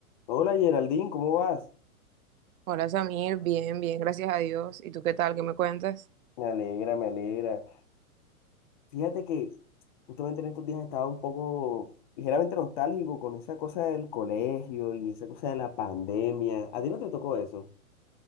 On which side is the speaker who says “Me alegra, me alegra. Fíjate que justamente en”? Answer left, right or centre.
Left